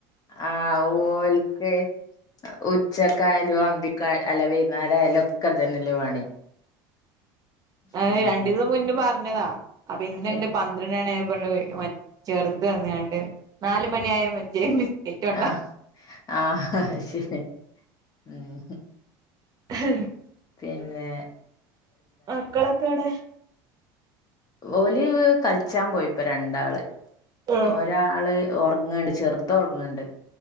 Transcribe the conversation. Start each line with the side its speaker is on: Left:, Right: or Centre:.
Left: ആഹ് ഓൽക്ക് ഉച്ചക്കായാലും അന്തിക്കായ അല്ല വരും ന്നേരായലൊക്കെതന്നെ അല്ലെ പണി
Right: ആ
Left: ഉം
Right: <unintelligible> രണ്ടിസം മുന്നേ പറ ഞ്ഞതാ അപ്പൊ ഇന്ന്ണ്ട്
Left: ഏഹ്
Right: പന്ത്രണ്ടണായപൊ കൊണ്ട് പോയി ഓൻ ചെറുത് വന്നാണ്ട് നാല് മണിയായപൊ ജേ മിസ് കേറ്റോണ്ട
Left: ആഹ് ആഹ് അത് ശരി ഉം
Right: <inaudible>
Left: പിന്നേ
Right: മക്കളൊക്കെവിടെ
Left: ഓലീവ് കളിച്ചാൻപോയിപ്പൊരണ്ടാള്
Right: ആഹ്
Left: ഒരാള് ഒർങ്ങ്ണ്ട് ചെർ തൊറങ്ങ്ണ് ണ്ട്